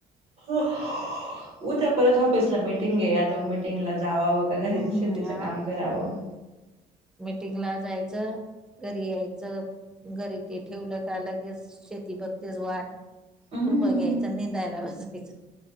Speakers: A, on the right (about 35°); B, in the centre.
A: उफ उद्या परत ऑफिसला मिटिंग घे आता मिटिंगला जावावं घरी
B: हम्म
A: शेतीच काम करावं
B: मीटिंग ला जायचं घरी यायचं घरी ते ठेवलं का लगेच शेती बघतेच वाट
A: हम्म
B: कुरप घ्यायचा निंदायला बसायचं.